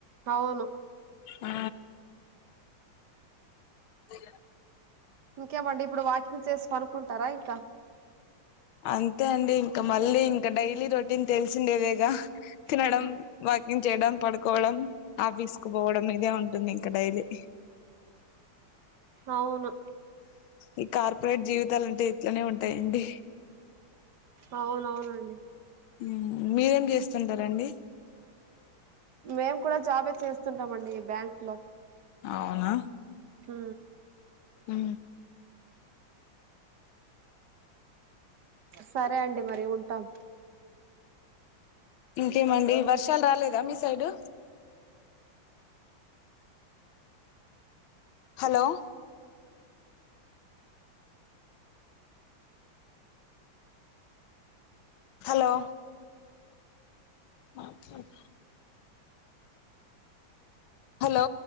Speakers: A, on the right; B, on the left.
A: అవును
B: ఆ జెయ్యా
A: ఇంకేమండి ఇప్పుడు వాకింగ్ చేసి పనుకుంటారా ఇంకా
B: అంతే అండి ఇంక మళ్ళీ ఇంకా డైలీ రొటీన్ తెలిసిండేవేగా తినడం
A: ఆ
B: వాక్ కింగ్ చేయడం పడుకోవడం ఆఫీస్ కు పోవడం ఇదే ఉంటుంది ఇంకా డైలీ
A: అవును
B: ఈ కార్పొరేట్ జీవితాలంటే ఇట్లనే ఉంటాయండి
A: అవునవునండి
B: హూ మీరేం చేస్తుంటారండి
A: మేం కూడా జాబే చేస్తుంటామండి బ్యాంక్ లో
B: అవునా
A: హు
B: ఊ
A: సరే అండి మరి ఉంటాం
B: ఇంకేమండి వర్షాలు రాలేదా మీ సైడు హలో హలో మాట్లాడు హలో